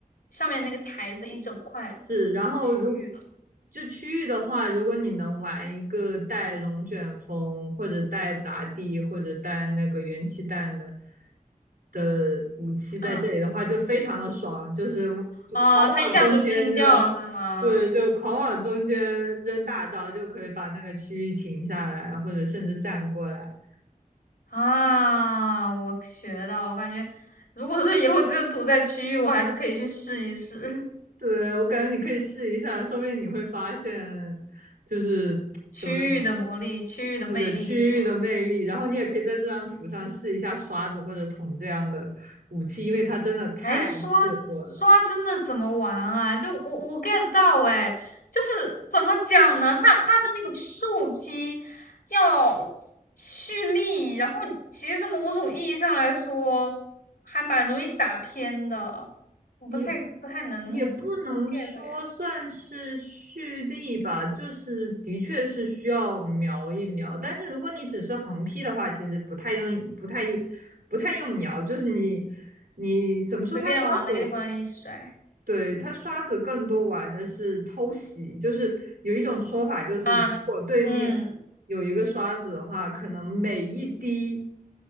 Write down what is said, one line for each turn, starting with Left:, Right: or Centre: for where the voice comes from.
Left: 上面那个台子一整块就是区域了。
Right: 是。然后如就区域的话，如果你能玩一个带龙卷风，或者带砸地，或者带那个元气弹的的武器在这里的话，
Left: 啊
Right: 就非常的爽，就是就狂往中间扔，
Left: 啊，它一下子就清掉了是吗？
Right: 对，就狂往中间扔大招，就可以把那个区域停下来，或者甚至站过来。
Left: 啊，我学到了，我感觉如果说以后这个图在区域，我还是可以去试一试 <laughs>
Right: 对，我感觉你可以试一下，说不定你会发现，就是怎么说，
Left: 区域的魔力、区域的魅力是吗？
Right: 是的，区域的魅力。然后你也可以在这张图上试一下刷子或者桶这样的武器，因为它真的太适合了。
Left: 哎，刷刷真的怎么玩啊？就我我 get 不到哎，就是怎么讲呢？它它的那个树劈要蓄力，然后其实某种意义上来说，还蛮容易打偏的。我不太不太能能
Right: 也也不能说算是蓄力吧，
Left: get 哎，
Right: 就是的确是需要瞄一瞄。但是如果你只是横劈的话，其实不太用，不太用，不太用瞄，就是你你怎么说，
Left: 随便往那个地方一甩
Right: 它刷子。对，他刷子更多玩的是偷袭，就是有一种说法，就是如果对面有一个刷子的话，
Left: 啊，嗯嗯
Right: 可能每一滴